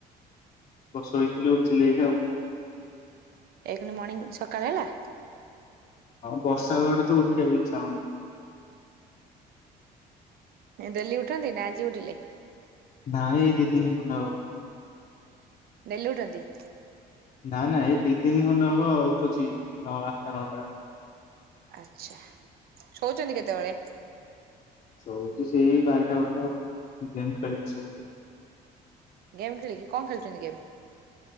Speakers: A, on the left; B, on the right.
A: ବସ ଶୋଇଥିଲି, ଉଠିଲି ଏଇଠି ଆଉ।
B: ଏଇ ଖୁଣି ମର୍ଣ୍ଣିଂ, ସକାଳ ହେଲା?
A: ହଁ, ବର୍ଷା ପାଗଟା ତ ଉଠିବାକୁ ଇଛା ହଉନି।
B: ଡେଲି ଉଠନ୍ତି ନା ଆଜି ଉଠିଲେ?
A: ନାଇଁ ଦିଦିନି ଖଣ୍ଡେ ହବ।
B: ଡେଲି ଉଠନ୍ତି?
A: ନା ନା ଏଇ ଦି ଦିନି ଖଣ୍ଡେ ହବ ଉଠୁଛି ନଅ, ଆଠଟା, ନଅଟା।
B: ଆଚ୍ଛା, ଶୋଉଛନ୍ତି କେତେବେଳେ?
A: ଶୋଉଛି ସେଇ ବାରଟା, ଗୋଟେ ଆଉ ଗେମ୍ ଖେଳିକି ସବୁଦିନ
B: ଗେମ୍ ଖେଳିକି, କଣ ଖେଳୁଛନ୍ତି ଗେମ୍?